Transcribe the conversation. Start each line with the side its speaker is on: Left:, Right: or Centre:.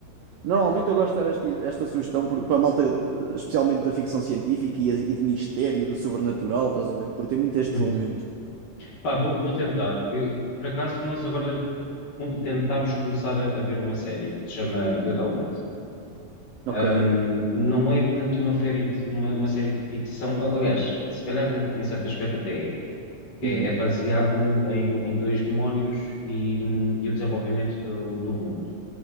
Right: Normalmente eu gosto de dar esta, esta sugestão por- para a malta, eh, especialmente da ficção científica e, e de mistério, do sobrenatural, estás a ver? Porque tem muito este
Left: Uhum.
Right: elemento.
Left: Pá, vou, vou tentar. Eu- por acaso, nós agora co- tentámos começar a, a ver uma série que se chama Good Omens.
Right: Ok.
Left: Um, não é tanto uma, série de, uma, uma série de ficção. a- Aliás, se calhar em certo aspecto até é, que
Right: Uhum.
Left: é, é baseado em, em dois demónios e, hum, e o desenvolvimento do, do mundo,